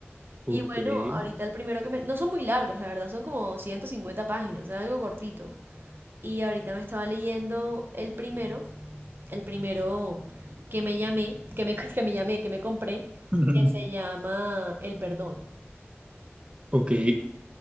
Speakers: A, on the right; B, on the right.
A: Ok.
B: Y bueno, ahorita el primero que me... No son muy largos, la verdad, son como 150 páginas, es algo cortito. Y ahorita me estaba leyendo el primero, el primero que me llamé, que me, <laughs> que me llamé, que me compré,
A: <laughs>
B: que se llama El Perdón.
A: Ok.